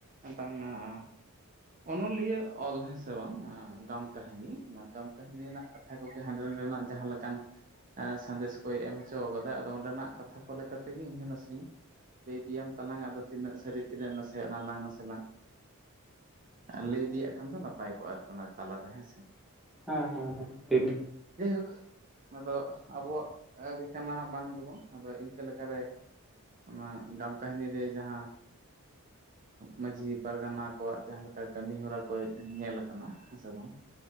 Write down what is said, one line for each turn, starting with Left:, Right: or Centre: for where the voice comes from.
Right: ᱫᱟᱝ ᱟᱸ <unintelligible> ᱚᱱᱚᱞᱤᱭᱟᱹ ᱚᱞ ᱦᱮᱸᱥᱮ ᱵᱟᱝ ᱫᱟᱢ ᱠᱟᱹᱦᱱᱤ ᱫᱟᱢ ᱠᱟᱹᱦᱱᱤ ᱨᱮᱱᱟᱜ ᱠᱟᱛ ᱠᱟᱛᱷᱟ ᱠᱚᱜᱮ ᱦᱟᱸᱰᱮ ᱱᱟᱰᱮᱱᱟᱜ ᱡᱟᱦᱟᱸ ᱞᱮᱠᱟᱱ ᱥᱟᱸᱫᱮᱥ ᱠᱚᱭ ᱮᱢ ᱦᱚᱪᱚ ᱟᱠᱟᱫᱟ, ᱟᱫᱚ ᱚᱸᱰᱮᱱᱟᱜ ᱠᱟᱛᱷᱟ ᱠᱚ ᱞᱮᱠ ᱠᱟᱛᱮᱜ ᱜᱮ ᱤᱧ ᱦᱚ ᱱᱟᱥᱤᱧ ᱞᱟᱹᱭ ᱤᱭᱟᱢ ᱛᱟᱞᱟᱝ ᱟᱫᱚ ᱛᱤᱱᱟᱹᱜ ᱥᱟᱹᱨᱤ ᱛᱤᱱᱟᱹᱜ ᱱᱟᱥᱮ ᱚᱱᱟ ᱞᱟᱝ ᱱᱟᱥᱮ ᱞᱟᱝ ᱞᱟᱹᱭ ᱤᱫᱤᱭᱟᱜ ᱠᱷᱟᱱ ᱫᱚ ᱱᱟᱯᱟᱭ ᱠᱚᱜ-ᱟ ᱟᱨᱠᱤ ᱚᱱᱟ ᱛᱟᱞᱟ ᱨᱮ ᱦᱮᱸᱥᱮ?
Centre: ᱦᱮᱸ ᱦᱮᱸ ᱦᱮᱸ ᱴᱷᱤᱠ
Right: ᱡᱟᱭ ᱦᱳᱠ ᱟᱫᱚ ᱟᱵᱚᱣᱟᱜ ᱜᱮ ᱠᱟᱱᱟ ᱵᱟᱝ ᱫᱚ ᱵᱟᱝ ᱟᱫᱚ ᱪᱤᱠᱟᱹ ᱞᱮᱠᱟ ᱨᱮ ᱚᱱᱟ ᱜᱟᱢ ᱠᱟᱹᱦᱤᱱᱤ ᱨᱮ ᱡᱟᱦᱟᱸ ᱢᱟᱺᱡᱷᱤ ᱯᱟᱨᱜᱟᱱᱟ ᱠᱚᱣᱟᱜ ᱡᱟᱸᱦᱟ ᱞᱮᱠᱟ ᱠᱟᱢᱤ ᱦᱚᱨᱟ ᱠᱚ ᱧᱮᱞ ᱟᱠᱟᱱᱟ ᱦᱮᱸ ᱥᱮ ᱵᱟᱝ